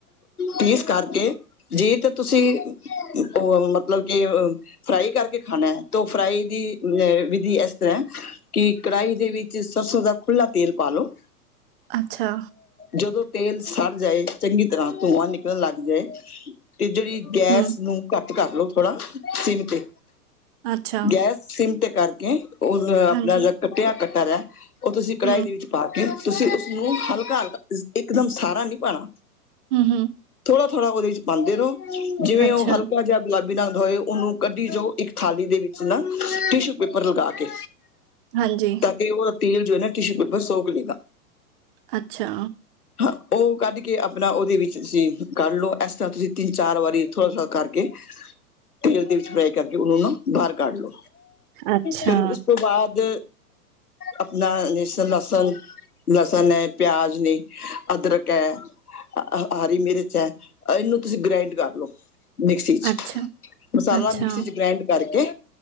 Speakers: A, on the left (about 70°); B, on the right (about 35°).
A: ਪੀਸ ਕਰਕੇ ਜੇ ਤਾਂ ਤੁਸੀਂ ਉਹ ਮਤਲਬ ਕਿ ਅ ਫਰਾਈ ਕਰਕੇ ਖਾਣਾ ਐ, ਤ ਫਰਾਈ ਦੀ ਅ ਵਿਧੀ ਇਸ ਤਰ੍ਹਾਂ ਕਿ ਕੜਾਹੀ ਦੇ ਵਿੱਚ ਸਰਸੋਂ ਦਾ ਖੁੱਲ੍ਹਾ ਤੇਲ ਪਾਲੋ।
B: ਅੱਛਾ।
A: ਜਦੋਂ ਤੇਲ ਸੜ ਜਾਏ ਚੰਗੀ ਤਰ੍ਹਾਂ ਧੂੰਆਂ ਨਿਕਲਣ ਲੱਗ ਜਾਏ। ਤੇ ਜਿਹੜੀ ਗੈਸ
B: ਹੂੰ,
A: ਨੂੰ ਕੱਟ ਕਰ ਲੋ ਥੋੜਾ ਸਿਮ ਤੇ।
B: ਅੱਛਾ,
A: ਗੈਸ ਸਿੰਮ ਤੇ ਕਰਕੇ ਉਹ ਆਪਣਾ
B: ਹਾਂਜੀ,
A: ਜਿ ਕੱਟਿਆ ਕੱਟਰ ਐ। ਉਹ ਤੁਸੀਂ ਕੜਾਹੀ
B: ਹੂੰ,
A: ਦੇ ਵਿੱਚ ਪਾ ਕੇ ਤੁਸੀਂ ਉਸਨੂੰ ਹਲਕਾ-ਹਲਕਾ ਇਕਦਮ ਸਾਰਾ ਨਹੀਂ ਪਾਣਾ।
B: ਹੁ-ਹੁ।
A: ਥੋੜਾ-ਥੋੜਾ ਉਹਦੇ ਚ ਪਾਂਦੇ ਰਹੋ ਜਿਵੇਂ
B: ਅੱਛਾ,
A: ਉਹ ਹਲਕਾ ਜਿਹਾ। ਗੁਲਾਬੀ ਨਾਲ ਧੋਏ ਉਹਨੂੰ ਕੱਢੀ ਜਾਓ ਇੱਕ ਥਾਲੀ ਦੇ ਵਿੱਚ ਨਾ ਟਿਸ਼ੂ ਪੇਪਰ ਲਗਾ ਕੇ।
B: ਹਾਂਜੀ।
A: ਤੇ ਉਹਦਾ ਤੇਲ ਜੋ ਹੈ ਨਾ ਟਿਸ਼ੂ ਉੱਪਰ ਸੌਕ ਲੇਗਾ।
B: ਅੱਛਾ।
A: ਹਾਂ ਉਹ ਕੱਢ ਕੇ ਅਪਨਾ ਉਹਦੇ ਵਿੱਚ ਤੁਸੀਂ ਕਰ ਲਓ ਏਸ ਤਰ੍ਹਾਂ ਤੁਸੀਂ। ਤਿੰਨ ਚਾਰ ਵਾਰੀ ਥੋੜ੍ਹਾ-ਥੋੜਾ ਕਰਕੇ ਤੇਲ ਦੇ ਵਿੱਚ ਫਰਾਈ ਕਰਕੇ ਉਹਨੂੰ ਨਾ। ਬਾਹਰ ਕੱਢ ਲਓ
B: ਅੱਛਾ,
A: ਫੇਰ ਉਸ ਤੋਂ ਬਾਅਦ ਅਪਨਾ ਨਿਸ਼ਣ ਲਸਨ ਲਸਣ ਹੈ, ਪਿਆਜ ਨੇ, ਅਦਰਕ ਹੈ। ਹ ਹਰੀ ਮਿਰਚ ਚ ਹੈ ਇਹਨੂੰ ਤੁਸੀਂ ਗ੍ਰਾਇੰਡ ਕਰ ਲਓ। ਮਿਕਸੀ ਚ
B: ਅੱਛਾ,
A: ਮਸਾਲਾ
B: ਅੱਛਾ,
A: ਮਿਕਸੀ ਚ ਗ੍ਰਇੰਡ ਕਰਕੇ।